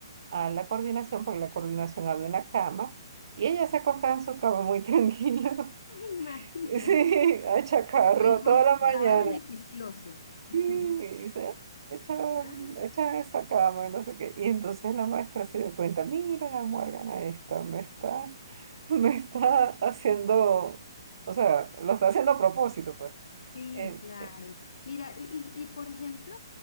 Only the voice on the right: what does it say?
a la coordinación, porque en la coordinación había una cama, y ella se acostaba en su cama muy <laughs> tranquila,
sí, a chacarro
toda la mañana.
Y dice, echa,
echa esa cama, y no sé qué. Y entonces la maestra se dio cuenta, mira la muérgana esta, me está, <laughs> me está haciendo, o sea, lo está haciendo a propósito, pues.
Eh,
eh,